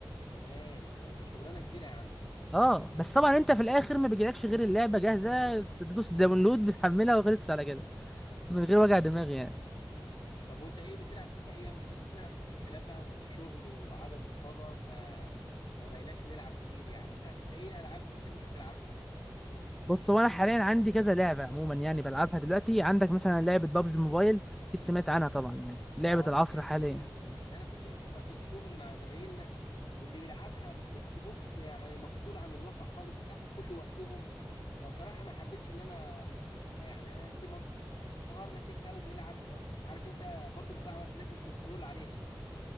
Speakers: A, on the left; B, in the centre.
A: تمام تمام ده شغلانه كبيره يا عم
B: اه بس طبعا انت في الاخر ما بيجيلكش غير اللعبه جاهزه تدوس داونلود بتحملها وخلصت على كده من غير وجع دماغ يعني
A: طب وانت ايه بتلعب إيه الايام دي لان انا من خلال بقى الشغل وعدم الفضا ف ما بقيناش نلعب كتير يعني فايه الالعاب اللي انت بتلعبها
B: بص هو انا حاليا عندي كذا لعبه عموما يعني بلعبها دلوقتي عندك مثلا لعبه بابجي موبايل اكيد سمعت عنها طبعا يعني لعبه
A: اه
B: العصر
A: بس يا
B: حاليا
A: اخي انا كنت بشوفها في الشغل مع زمايلنا اللي بيلعبها بتحس بص يعني مفصول عن الواقع خالص بتاخد كل وقتهم فبصراحة ما حبيتش ان انا يعني انا أسلم- طول النهار ماسكها وبيلعب فعارف انت برضو بتضيع وقت لازم كنترول عليها